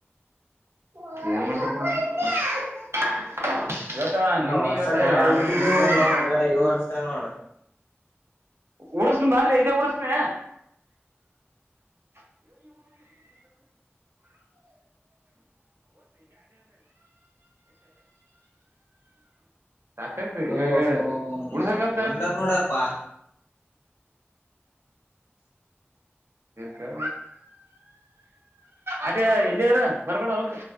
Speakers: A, on the right; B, on the left.
A: <unintelligible> ಇವತ್ತ
B: ಅಲ್ಲ
A: ನಿನ್ನ
B: ವರ್ಷ
A: ಇವತ್ತ
B: ಘನ
A: ಯಡಾದ್ರು
B: ಹೊಡಿತಿದ್ದೆವು
A: <unintelligible>
B: ನೋಡ ಗಳೆ ಈ ವರ್ಷ ನೋಡ
A: ಉಡುಸನ ಬಾರಲಿ ಇದೇ ಉಡುಸ್ತಿನ್ <unintelligible> <unintelligible> <inaudible> ಸಾಕತ್ ಏ
B: ಓ
A: ಹೇಳಿ ಹೇಳ
B: ತೋ
A: ಉಡಸಕತ್ತಿಲ್ಲ
B: ಬೊಂಡ ನೋಡಪ್ಪಾ
A: <inaudible> ಅದೇ ಎಲ್ಲಿರ್ ಬರ್ಬೇಡ ಅಲ್ಕ್